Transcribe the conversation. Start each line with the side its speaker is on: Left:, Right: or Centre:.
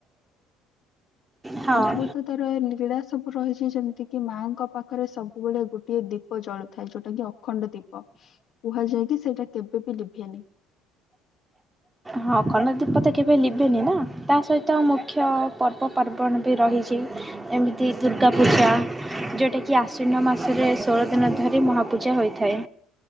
Right: ହଁ
Left: ଅଦ୍ଭୁତ ତାର ଲୀଳା ସବୁ ରହିଚି ଯେମିତିକିି ମାଆଙ୍କ ପାଖରେ ସବୁବେଳେ ଗୋଟିଏ ଦୀ ପ ଜଳୁଥାଏ ଯୋଉଟା କି ଅଖଣ୍ଡ ଦୀପ କୁହାଯାଏ କି ସେଇଟା କେବେବି ଲିଭେନି।
Right: ହଁ ଅଖଣ୍ଡ ଦୀପ ତ କେବେ ଲିଭେନି ନା ତା ସହିତ ମୁଖ୍ୟ ପର୍ବପାର୍ବଣ ବି ରହିଚି ଏମିତି ଦୁର୍ଗା ପୂଜା ଯେଉଁଟାକି ଆଶ୍ୱିନ ମାସରେ ଷୋଳ ଦିନ ଧରି ମହାପୂଜା ହୋଇଥାଏ।